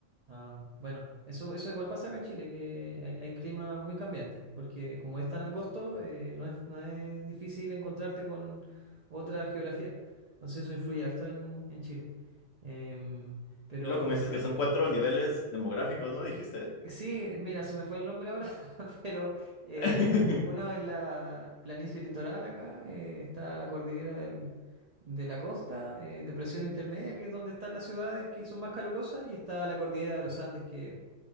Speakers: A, on the right; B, on the left.
A: Ah, bueno, eso, eso igual pasa acá en Chile, que hay, hay climas muy cambiantes, porque como es tan angosto, eh, no es, no es difícil encontrarte con otra geografía. Entonces eso influye harto en, en Chile. Em, pero...
B: Luego, como dices que son cuatro niveles demográficos, ¿no? Dijiste.
A: Sí, mira, se me fue el nombre ahora, <laughs> pero eh,
B: <laughs>
A: una en la planicie litoral acá eh, está la cordillera del- de la costa, eh, depresión intermedia, que es donde están las ciudades que son más calurosas, y está la cordillera de los Andes, que